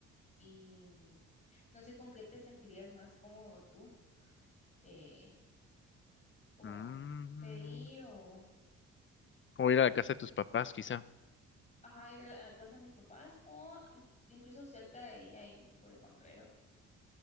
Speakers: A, on the left (about 25°); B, on the left (about 40°).
A: y mm, no sé con qué te sentirías más cómodo tú, eh, como
B: mm.
A: pedir o
B: O ir a la casa de tus papás, quizá.
A: ajá, ir a la casa de mis papás o incluso cerca de ahí hay un pollo campero.